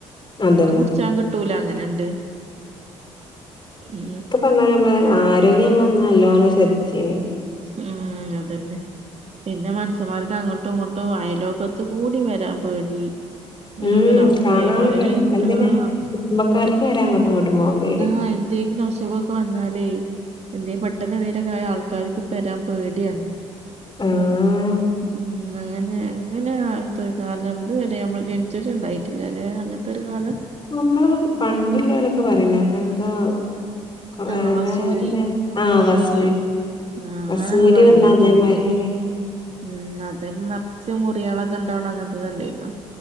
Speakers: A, on the left; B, on the right.
A: അതന്നെ
B: കുടിച്ചാ കിട്ടൂല അങ്ങനെുണ്ട് ഉ
A: എന്ന നമ്മെ ആരോഗ്യം നമ്മളന്ന് നല്ലോണം ശ്രദ്ധിച്ചേു
B: ഉം അതന്നെ പിന്നെ മനസന്മാർക്ക് അങ്ങോട്ടും ഇങ്ങോട്ടും വയലോക്കത്ത് കൂടി വരാ പേടി ഇങ്ങനൊക്കൊരവസ്ഥായി
A: ഉം കാണാനുംഎന്തിനെ
B: മാറി പിന്നെ ആ
A: കുടുംബക്കാർക്ക് വരാ അങ്ങോട്ടും ഇങ്ങോട്ടും പോകുമ്പ്
B: ആഎന്തെങ്കിലും അസുഖം വന്നാലേ എന്ത പെട്ടെന്ന് നേരെക്കായ ആൾക്കാർക്ക് പരാൻ പേടിയാണ്
A: ആഹ്
B: ഉം അങ്ങനെ അങ്ങനെ ആത്തൊരു കാലം എന്തു വരെ നമ്മള് ജനിച്ചിട്ടുണ്ടായിട്ടില്ല അല്ലെ അങ്ങനത്തെ ഒരു കാലം
A: നമ്മള് പണ്ടില്ലവരൊക്കെ പറയണക്ക എന്താ <unintelligible>
B: ആഹ് വസൂരി വസൂരിയോ
A: <inaudible>
B: ആഹ്
A: വസൂരി
B: അങ്ങനൊക്കെ പറയണേട്ടില്ലേ
A: വന്നാ അതേമാരിയാണ്
B: ഉം അത് നറച്ച് മുറികളൊക്കെ ഉണ്ടാവ്ണ അങ്ങനത്തെതല്ലേയ്നോ